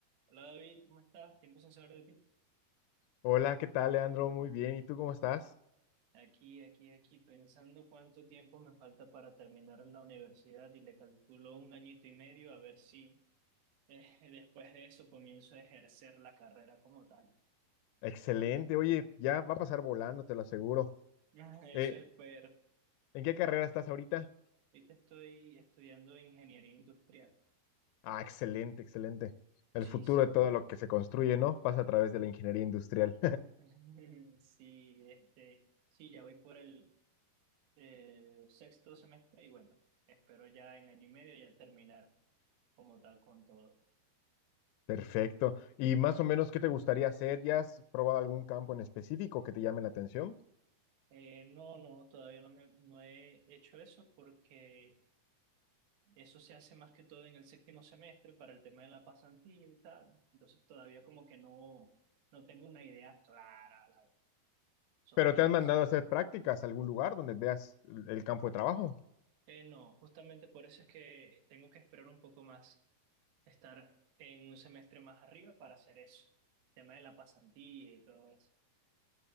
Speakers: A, on the right (about 70°); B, on the left (about 90°).
A: Hola David, ¿cómo estás? Tiempo sin saber de ti.
B: Hola, ¿qué tal, Leandro? Muy bien. ¿Y tú cómo estás?
A: Aquí, aquí, aquí, pensando cuánto tiempo me falta para terminar la universidad y le calculo un añito y medio a ver si eh, <laughs> después de eso comienzo a ejercer la carrera como tal. <laughs>
B: Excelente. Oye, ya va a pasar volando, te lo aseguro.
A: Ah, Eso
B: Eh,
A: espero.
B: ¿en qué carrera estás ahorita?
A: Ahorita estoy estudiando ingeniería industrial.
B: Ah, excelente, excelente. El
A: Sí,
B: futuro
A: sí.
B: de todo lo que se construye, ¿no? Pasa a través de la ingeniería industrial.
A: <laughs> Sí, este, sí, ya voy por el eh, sexto semestre y bueno, espero ya en año y medio ya terminar como tal con todo.
B: <laughs> Perfecto. ¿Y más o menos qué te gustaría hacer? ¿Ya has probado algún campo en específico que te llame la atención?
A: Eh, no, no, todavía no, me, no he hecho eso porque eso se hace más que todo en el séptimo semestre para el tema de la pasantía y tal. Entonces todavía como que no, no tengo una idea clara la verdad, sobre
B: Pero te han mandado
A: eso.
B: a hacer prácticas a algún lugar donde veas el el campo de trabajo.
A: Eh, no, justamente por eso es que tengo que esperar un poco más, estar en un semestre más arriba para hacer eso. El tema de la pasantía y todo eso.